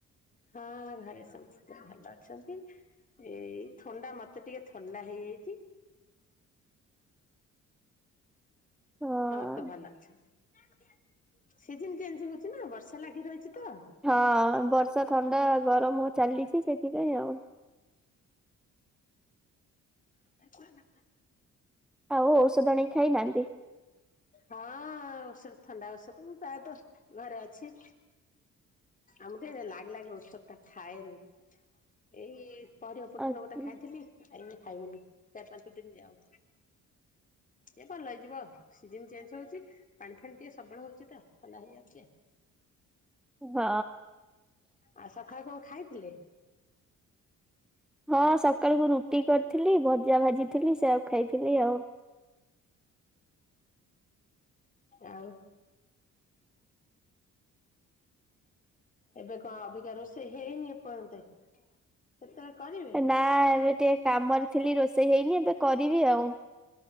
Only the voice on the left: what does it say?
ହଁ ଘରେ ସମସ୍ତେ ଭଲ ଅଛନ୍ତି। ଏଇ ଥଣ୍ଡା ମତେ ଟିକେ ଥଣ୍ଡା ହେଇଯାଇଚି
ସମସ୍ତେ ଭଲ ଅଛନ୍ତି। ସିଜିନ୍ ଚେଞ୍ଜ ହଉଚିନା ବର୍ଷା ଲାଗି ରହିଚି ତ।
<inaudible>
ହଁ ଓଷଦ ଥଣ୍ଡା ଓଷଦ ପ୍ରାୟତଃ ଘରେ ଅଛି। ଆମେ ଟିକେ ଲାଗେ ଲାଗେ ଔଷଦଟା ଖାଏନି ଏଇ ପହରି ଅପୁରି
ଦିନ ଗୋଟେ ଖାଇଥିଲି ଏଇନେ ଖାଇବିନି ଚାରି ପାଞ୍ଚ ଦିନି ଯାଉ। ଏ ଭଲ ହେଇଯିବ ସିଜିନ୍ ଚେଞ୍ଜ ହଉଚି। ପାଣି ଫାଣି ଟିକେ ସବୁବେଳେ ହଉଚିତ ଥଣ୍ଡା ହେଇଯାଉଚି ଆ।
ଆଉ ସକାଳେ କଣ ଖାଇଥିଲେ?
ଆଉ ଏବେ କଣ ଅବିକା ରୋଷେଇ ହେଇନି ଏପର୍ଯ୍ୟନ୍ତ କେତେବେଳେ କରିବେ।